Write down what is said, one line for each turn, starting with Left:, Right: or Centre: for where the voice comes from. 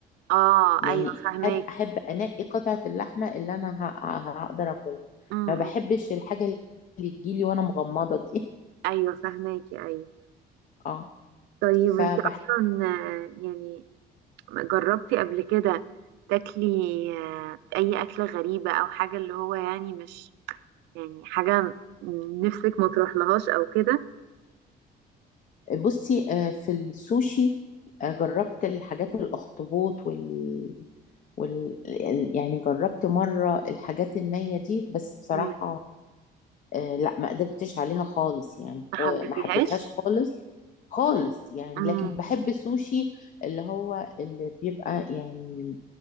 Right: اه
Left: يعني
Right: ايوه فهماكي
Left: أب- احب انقي قطعه اللحمه اللي انا ه- ه- هقدر اكلها
Right: مم.
Left: ما
Right: مم.
Left: بحبش الحاجه اللي تجيلي وانا مغمضه دي
Right: ايوه فهماكي ايوه
Left: اه
Right: طيب
Left: <laughs>
Right: انت اصلا
Left: فبح
Right: آه، يعني جربتي قبل كده تاكلي آه، اي اكلة غريبة او حاجة اللي هو يعني مش يعني حاجة نفسك ما تروحلهاش او كده
Left: بصي آه، في السوشي آه، جربت الحاجات الاخطبوط وال... وال ال- يعني جربت مره الحاجات النيه دي بس بصراحه
Right: مم.
Left: آه، لا ما قدرتش عليها خالص يعني
Right: ما
Left: وما
Right: حبيتيهاش
Left: حبيتهاش خالص خالص يعني
Right: مم.
Left: لكن بحب السوشي اللي هو اللي بيبقى يعني